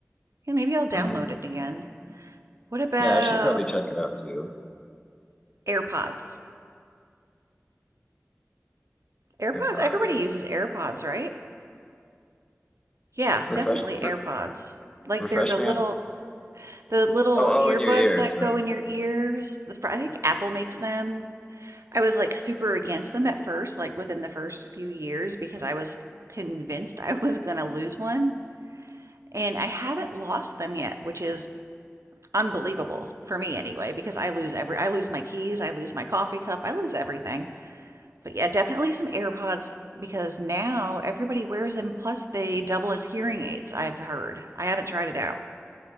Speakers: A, on the right; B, on the left.
A: yeah, maybe I'll download
B: Um,
A: it again. What about
B: yeah, I should probably check it out too.
A: AirPods? AirPods?
B: AirPods,
A: Everybody uses AirPods, right? Yeah,
B: refresh,
A: definitely
B: re-
A: AirPods. Like
B: refresh
A: they're the
B: man.
A: little the little
B: Oh,
A: earbuds
B: oh, in your ears,
A: that
B: right?
A: go in your ears. The fr- I think Apple makes them. I was like super against them at first, like within the first few years because I was convinced <laughs> I was going to lose one, and I haven't lost them yet, which is unbelievable for me anyway because I lose every I lose my keys, I lose my coffee cup, I lose everything. But yeah, definitely some AirPods because now everybody wears them. Plus, they double as hearing aids, I've heard. I haven't tried it out.